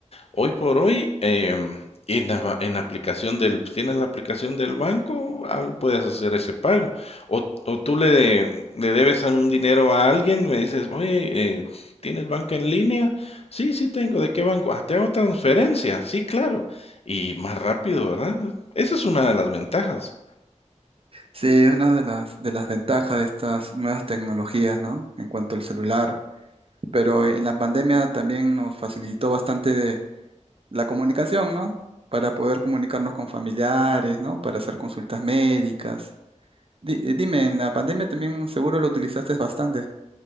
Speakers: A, on the left; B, on the right.
A: Hoy por hoy, em, en la, ba- en la aplicación del, tienes la aplicación del banco, ah, puedes hacer ese pago. O, o tú le, de- le debes a un dinero a alguien, me dices, oye, eh, ¿tienes banca en línea? Sí, sí tengo. ¿De qué banco? Ah, te hago transferencia. Sí, claro. Y más rápido, ¿verdad? Esa es una de las ventajas.
B: Sí, es una de las, de las ventajas de estas nuevas tecnologías, ¿no? En cuanto al celular. Pero en la pandemia también nos facilitó bastante de- la comunicación, ¿no? Para poder comunicarnos con familiares, ¿no? Para hacer consultas médicas. Di- eh, dime, en la pandemia también seguro lo utilizaste bastante.